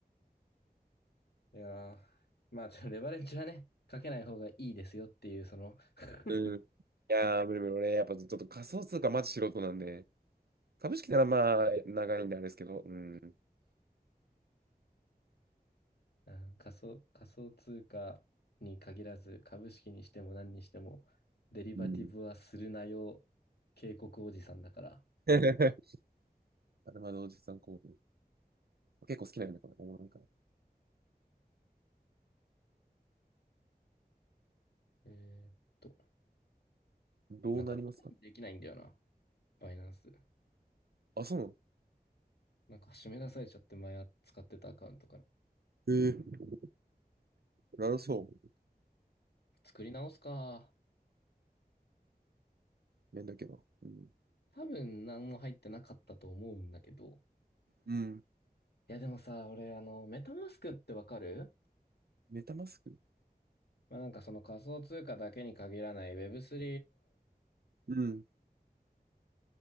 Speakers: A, on the left; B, on the right.
A: いやー、まあ、ちょレバレッジはね、かけない方がいいですよっていう、その <laughs>
B: うん。いやー、無理無理。俺、やっぱちょっと仮想通貨マジ素人なんで、株式ならまあ、長いんであれですけど、うん。
A: うん仮想、仮想通貨に限らず、株式にしても何にしても、デリバティブはするなよ、
B: うん。
A: 警告おじさんだから。
B: <laughs> あれまだおじさん興奮。結構好きなんだ、これ。おもろいから。
A: えーっと、
B: どうなりますか
A: なんかログインできないんだよな、バイナンス。
B: あ、そうなの
A: なんか締め出されちゃって、前使ってたアカウントから。
B: ええなるそう。
A: 作り直すか。
B: 面だけど。うん。
A: 多分何も入ってなかったと思うんだけど。
B: うん。
A: いやでもさ、俺、あの、メタマスクってわかる
B: メタマスク
A: まあ、なんかその仮想通貨だけに限らない Web3 の、
B: うん。